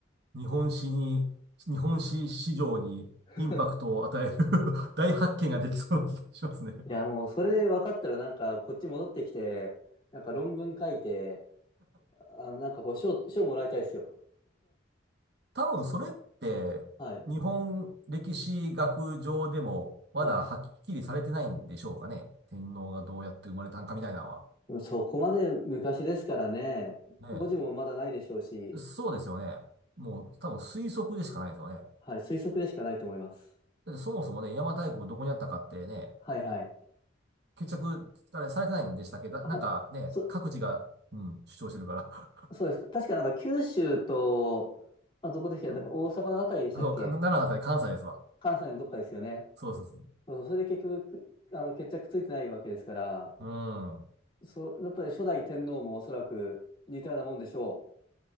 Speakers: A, on the right; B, on the left.
A: 日本史に、日本史史上にインパクトを与える
B: <laughs>
A: <laughs> 大発見ができそうな気がしますね。
B: いや、もう、それ分かったら、なんか、こっち戻ってきて、なんか論文書いて、あ、なんかこう、賞、賞もらいたいですよ。
A: 多分それって日本歴史学上でもまだはっきりされてないんでしょうかね。
B: はい。はい。
A: 天皇がどうやって生まれたんかみたいなのは。
B: そこまで昔ですからね、
A: ね
B: 文字もまだないでしょうし、
A: え。そうですよね。もう多分推測でしかないですよね。だ
B: はい、推測でしかないと思います。
A: ってそもそもね、邪馬台国どこにあったかってね、
B: はいはい。
A: 決着、あれ、されてないんでしたっけだ、
B: はい、
A: なんかね、
B: そ、
A: 各地が、うん、主張してるから。
B: そうです。確かなんか九州と、あ、どこでしたっけなんか大阪のあたりでしたっけ
A: <laughs> うんそうか、奈良だったり関西ですわ。
B: 関西のどっかですよね。
A: そうそうそ
B: そうそれで結局、くあの、決着ついてないわけですから、
A: う。う
B: そう、やっぱり初代天皇もおそらく似たようなもんでしょう。